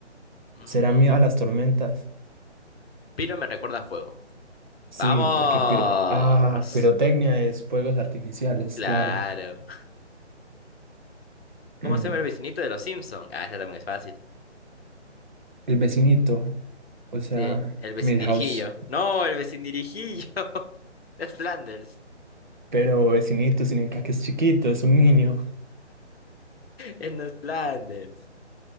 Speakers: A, on the left; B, on the right.
A: Mm,
B: ¿Será miedo a las tormentas?
A: Piro me recuerda a fuego.
B: Sí,
A: ¡Vamos!
B: porque pir- ah, pirotecnia es fuegos artificiales,
A: Claro.
B: claro.
A: ¿Cómo
B: Mm,
A: se llama el vecinito de los Simpsons? Ah, ese también es fácil.
B: el vecinito, o sea,
A: Sí, el vecindirijillo.
B: Milhouse.
A: No, el vecindirijillo. <laughs> Es Flanders.
B: Pero vecinito significa que es chiquito, es un niño.
A: Es no es Flanders.